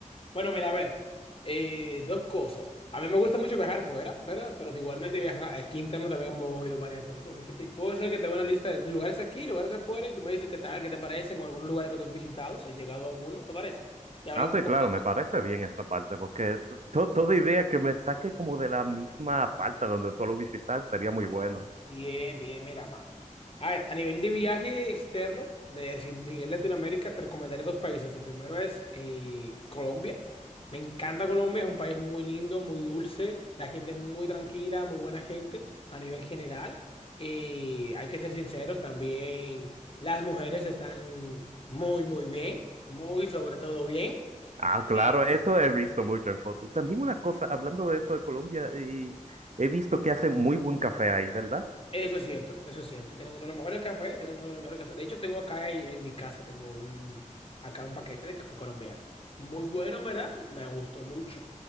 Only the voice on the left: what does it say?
Bueno, mira, a ver, eh, dos cosas. A mí me gusta mucho viajar fuera, ¿verdad? Pero igualmente viajar aquí interno también hemos ido varias veces. Así que te- puedo ser que te dé una lista de lugares aquí, lugares afuera, y tú me dices qué tal, qué te parecen, o algunos lugares que tú has visitado, si has llegado a alguno, ¿te parece? Y hablamos
un poquito.
Bien, bien, mira, mano. A ver, a nivel de viaje externo, de si- nivel Latinoamérica, te recomendaré dos países. El primero es eh, Colombia. Me encanta Colombia, es un país muy lindo, muy dulce. La gente es muy tranquila, muy buena gente a nivel general. Eh, hay que ser sinceros, también las mujeres están muy, muy bien, muy sobre todo bien.
Eh,
Eso es cierto, eso es cierto. Tienen uno de los mejores cafés, tienen uno de los mejores cafés. De hecho, tengo acá en en mi casa, tengo un, acá un paquete de café colombiano. Muy bueno, ¿verdad? Me gustó mucho.